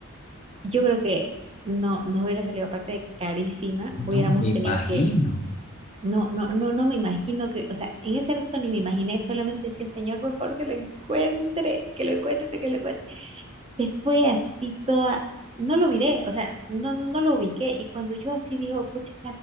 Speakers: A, on the right; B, on the left.
A: Yo creo que no nos hubiera salido aparte carísima, hubiéramos
B: No me imagino.
A: tenido que, no, no, no, no me imagino que, o sea, en ese rato ni me imaginé, solamente decía, Señor, por favor, que lo encuentre, que lo encuentre, que lo encuentre. Se fue así toda, no lo miré, o sea, no, no lo ubiqué. Y cuando yo así digo, pucha,